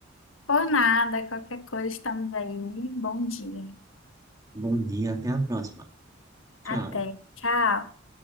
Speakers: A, on the left; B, on the right.
A: Por nada, qualquer coisa, estamos aí. Bom dia.
B: Bom dia, até a próxima. Tchau.
A: Até. Tchau.